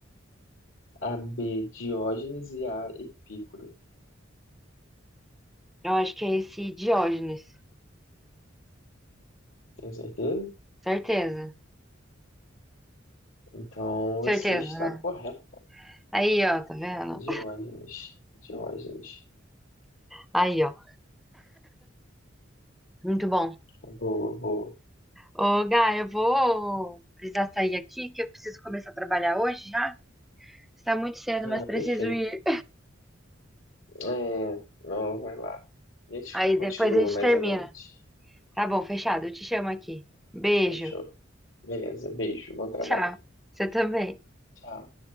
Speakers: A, on the left; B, in the centre.
A: A B, Diógenes e A, Epícoro.
B: Eu acho que é esse Diógenes.
A: Tem certeza?
B: Certeza.
A: Então
B: Certeza,
A: você está
B: né?
A: correto.
B: Aí, ó, tá vendo?
A: Diógenes, Diógenes.
B: Aí, ó. Muito bom.
A: Boa, boa.
B: Ô, Gá, eu vou precisar sair aqui, que eu preciso começar a trabalhar hoje já. Está muito cedo,
A: Ah,
B: mas preciso
A: perfeito.
B: ir.
A: É, não, vai lá. A gente
B: Aí
A: continua
B: depois a gente
A: mais
B: termina.
A: à noite.
B: Tá bom, fechado. Eu te chamo aqui. Beijo.
A: Fechou. Beleza, beijo, bom trabalho.
B: Tchau. Você também.
A: Tchau.